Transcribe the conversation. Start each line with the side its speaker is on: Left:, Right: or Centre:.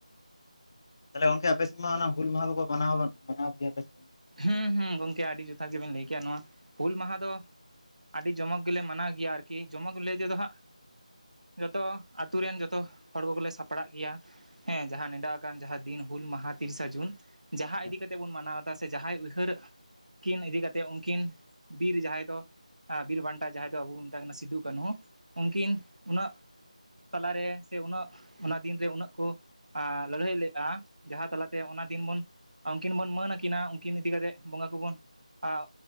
Left: ᱛᱟᱦᱞᱮ ᱜᱚᱝᱠᱮ ᱟᱯᱮᱥᱮᱫ ᱢᱟ ᱚᱱᱟ ᱦᱩᱞ ᱢᱟᱦᱟ ᱠᱚ ᱠᱚ ᱢᱟᱱᱟᱣ ᱢᱟᱱᱟᱣ ᱜᱮᱭᱟ ᱯᱮ ᱥᱮ ᱵᱟᱝ
Right: ᱦᱮᱸ ᱦᱩᱸ ᱜᱚᱝᱠᱮ ᱟᱰᱤ ᱡᱚᱛᱷᱟᱛ ᱜᱮᱵᱮᱱ ᱞᱟᱹᱭ ᱠᱮᱜ-ᱟ ᱱᱚᱣᱟ ᱦᱩᱞ ᱢᱟᱦᱟ ᱫᱚ ᱟᱰᱤ ᱡᱚᱢᱚᱠ ᱜᱮᱞᱮ ᱢᱟᱱᱟᱣ ᱜᱮᱭᱟ ᱟᱨᱠᱤ ᱡᱚᱢᱚᱠ ᱞᱟᱹᱭ ᱛᱮᱫᱚ ᱦᱟᱸᱜ ᱡᱚᱛᱚ ᱟᱛᱩ ᱨᱮᱱ ᱡᱚᱛᱚ ᱦᱚᱲ ᱠᱚ ᱜᱮᱞᱮ ᱥᱟᱯᱲᱟᱜ ᱜᱮᱭᱟ᱾ ᱦᱮᱸ ᱡᱟᱦᱟᱸ ᱱᱮᱰᱟ ᱟᱠᱟᱱ ᱡᱟᱦᱟᱸ ᱫᱤᱱ ᱦᱩᱞ ᱢᱟᱦᱟ ᱛᱤᱨᱤᱥᱟ ᱡᱩᱱ
Left: ᱦᱳᱭ
Right: ᱡᱟᱦᱟᱸ ᱤᱫᱤ ᱠᱟᱛᱮ ᱵᱚᱱ ᱢᱟᱱᱟᱣ ᱫᱟ ᱡᱟᱦᱟᱸᱭ ᱩᱭᱦᱟᱹᱨ ᱠᱤᱱ ᱤᱫᱤ ᱠᱟᱛᱮ ᱩᱱᱠᱤᱱ ᱵᱤᱨ ᱡᱟᱦᱟᱸᱭ ᱫᱚ ᱟᱸ ᱵᱤᱨ ᱵᱟᱱᱴᱟ ᱡᱟᱦᱟᱸᱭ ᱫᱚ ᱟᱵᱚ ᱵᱩᱱ ᱢᱮᱛᱟ ᱠᱤᱱᱟ ᱥᱤᱫᱩ ᱠᱟᱹᱱᱦᱩ ᱩᱱᱠᱤᱱ ᱩᱱᱟᱹᱜ ᱛᱟᱞᱟᱨᱮ ᱥᱮ ᱩᱱᱟᱹᱜ ᱚᱱᱟ ᱫᱤᱱ ᱨᱮ ᱩᱱᱟᱹᱜ ᱠᱩ ᱟᱸ ᱞᱟᱹᱲᱦᱟᱹᱭ ᱞᱮᱜ-ᱟ ᱡᱟᱦᱟᱸ ᱛᱟᱞᱟᱛᱮ ᱚᱱᱟ ᱫᱤᱱ ᱵᱚᱱ ᱩᱱᱠᱤᱱ ᱵᱚᱱ ᱢᱟᱹᱱ᱾ ᱠᱤᱱᱟ ᱩᱱᱠᱤᱱ ᱤᱫᱤ ᱠᱟᱛᱮᱜ ᱵᱚᱸᱜᱟ ᱠᱚᱵᱚᱱ ᱟᱣ